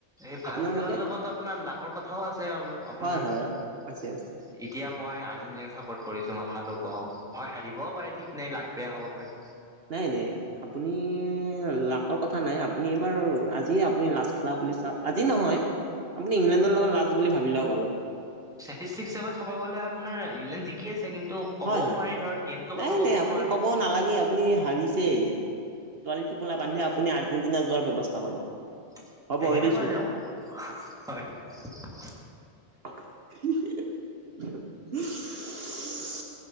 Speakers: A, in the centre; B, on the right.
A: এই ভাল
B: আপোনাৰ
A: খেলাৰ
B: মতে?
A: লগত আপোনাৰ লাকৰ কথাও আছে এবিলাকত আপোনাৰ।
B: হয় হয়
A: ইতিয়া
B: আছে আছে
A: মই আৰ্জেণ্টিনাক চাপৰ্ট কৰিছো মই ভালো পাওঁ হয় হাৰিবও পাৰে ঠিক নাই লাগ বেয়া হ'ব পাৰে।
B: নাই নাই। আপুনি লাকৰ কথা নাই। আপুনি এইবাৰ আজিয় আপুনি লাষ্ট খেলা বুলি চাওক আজি নহয়। আপুনি ইংলেণ্ডৰ লগত লাজ বুলি ভাবি লওক আৰু।
A: হিচত চাব গলে আপোনাৰ ইংলেণ্ড জিকি আছে। কিন্তু, ক'বও
B: হয় হয়
A: নোৱাৰি ধৰ গেমটোৰ
B: নাই
A: কথা ক'বও
B: নাই আপুনি
A: নোৱাৰি
B: ক'ব নালাগে। আপুনি হাৰিছেই তোৱালি টোপোলা বান্ধি আপুনি আৰ্জেন্টিনা যোৱাৰ ব্যৱস্থা কৰক।
A: সেনেকুৱা
B: হ'ব এৰিছো।
A: ন আকৌ হয়।
B: <unintelligible>